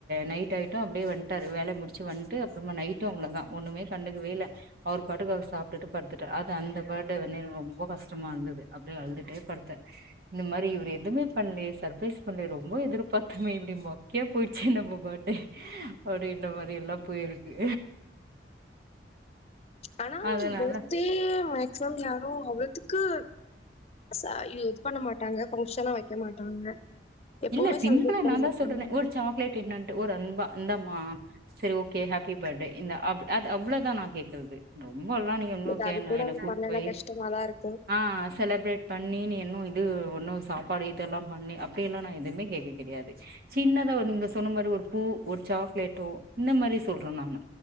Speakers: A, on the right (about 55°); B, on the left (about 35°).
A: நைட் ஆயிட்டு அப்டியே வந்ட்டாரு வேல முடிச்சு வந்ட்டு அப்பறமா நைட் டு அவ்ளதா ஒண்ணுமே கண்டுகவேல அவுர் பாடுக்க அவுர் சாப்ட்டுட்டு படுத்துட்டா அது அந்த பர்த்டே வந்து எனக்கு ரொம்போ கஷ்டமா இந்துது அப்டியே அழுந்துட்டே படுத்த இந்த மாரி இவுரு எதுமே பண்லயே சர்ப்ரைஸ் பண்லயே ரொம்போ எதிர்பாத்தமே இப்டிமொக் க்கையா போயிடுச்சே நம்ம பர்டே அப்டின்ற மாரி எல்லா போயிருக்கு
B: ஆனா
A: அதனால
B: பர்த்டே டே மேக்சிமம் யாரு அவ்ளதுக்கு சா இ இது பண்ண மாட்டாங்க ஃபங்க்ஷனா வைக்க மாட்டாங்க எப்பவுமே
A: இல்ல சிம்பிளா
B: செலிப்ரேட் பண்ண
A: நான்தா
B: மாட்டாங்க
A: சொல்றனே ஒரு சாக்லேட் என்னட்டு ஒரு அன்பா இந்தாமா சரி ஓகே ஹபி பர்டே இந்த அது அவ்ளோதா நா கேக்குறது ரொம்பலா நீ கே உன்னோ
B: பட்
A: கேன்
B: அது கூட
A: வேனூ
B: அவர்
A: கூட்
B: பண்ணல
A: போய்
B: கஷ்டமா தான் இருக்கும்
A: ஆ செலப்ரேட் பண்ணி நீ இன்னு இது ஒன்னு சாப்பாடு இதெல்லா பண்ணி அப்டியெல்லா நா எதுமே கேக்க கெடயாது சின்னதா ஒன்னு நீங்க சொன்ன மாரி ஒரு பூ ஒரு சாக்லேட்டோ இந்த மாரி சொல்ற நானு